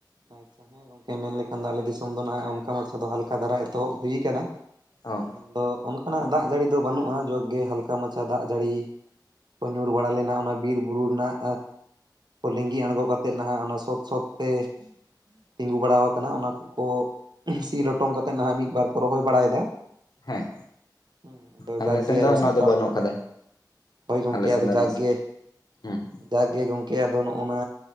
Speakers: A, on the right; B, on the left.
A: ᱟᱪᱪᱷᱟ ᱦᱮᱸ ᱜᱚᱝᱠᱮ ᱢᱮᱱ ᱞᱮᱠᱷᱟᱱ ᱫᱚ ᱟᱞᱮ ᱫᱤᱥᱚᱢ ᱫᱚ ᱱᱟᱦᱟᱜ ᱚᱱᱠᱟ ᱢᱟᱪᱷᱟ ᱫᱚ ᱦᱟᱞᱠᱟ ᱫᱷᱟᱨᱟ ᱮᱛᱚᱦᱚᱵ ᱦᱩᱭ ᱠᱟᱱᱟ ᱾
B: ᱚ
A: ᱮᱸ ᱢᱮᱱᱫᱚ ᱚᱱᱠᱟᱱᱟᱜ ᱫᱟᱜ ᱡᱟᱹᱲᱤ ᱫᱚ ᱵᱟᱹᱱᱩᱜ-ᱟ ᱡᱳᱜ ᱜᱮ ᱦᱟᱞᱠᱟ ᱢᱟᱪᱷᱟ ᱫᱟᱜ ᱡᱟᱹᱲᱤ ᱠᱚ ᱧᱩᱨ ᱵᱟᱲᱟ ᱞᱮᱱᱟ ᱚᱱᱟ ᱵᱤᱨ ᱵᱩᱨᱩ ᱨᱮᱱᱟᱜ ᱞᱤᱸᱜᱤ ᱟᱬᱜᱚ ᱠᱟᱛᱮᱫ ᱱᱟᱦᱟᱜ ᱚᱱᱟ ᱥᱚᱛ ᱥᱚᱛ ᱛᱮ ᱛᱤᱸᱜᱩ ᱵᱟᱲᱟ ᱟᱠᱟᱱᱟ ᱚᱱᱟ ᱠᱚᱠᱚ ᱥᱤ ᱞᱚᱴᱚᱢ ᱠᱟᱛᱮᱜ ᱱᱟᱦᱟᱜ ᱢᱤᱫᱵᱟᱨ ᱠᱚ ᱨᱚᱦᱚᱭ ᱵᱟᱲᱟᱭᱮᱫᱟ ᱾
B: ᱦᱮᱸ
A: ᱦᱮᱸ ᱟᱫᱚ
B: ᱟᱞᱮ
A: ᱡᱟᱠ
B: ᱥᱮᱱ
A: ᱜᱮ
B: ᱫᱚ
A: ᱟᱵᱚ
B: ᱚᱱᱟ
A: ᱥᱟᱱᱛᱟᱲ
B: ᱫᱚ ᱵᱟᱹᱱᱩᱜ ᱟᱠᱟᱫᱟ
A: ᱦᱳᱭ ᱜᱚᱢᱠᱮ
B: ᱟᱞᱮ ᱥᱮᱱ
A: ᱟᱫᱚ
B: ᱫᱚ
A: ᱡᱟᱜ
B: ᱱᱟᱥᱮ
A: ᱜᱮ
B: ᱦᱮᱸ
A: ᱡᱟᱠ ᱜᱮ ᱜᱚᱝᱠᱮ ᱟᱫᱚ ᱱᱚᱜ-ᱚᱱᱟ